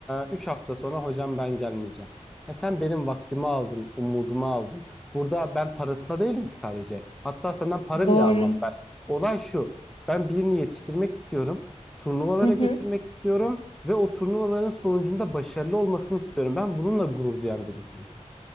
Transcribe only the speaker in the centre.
3 hafta sonra hocam ben gelmeyeceğim. Ha, sen benim vaktimi aldın, umudumu aldın. Burada ben parasına değilim ki sadece. Hatta senden para
bile almam ben. Olay şu. Ben birini yetiştirmek istiyorum. Turnuvalara
götürmek istiyorum ve o turnuvaların sonucunda başarılı olmasını istiyorum. Ben bununla gurur duyan birisiyim.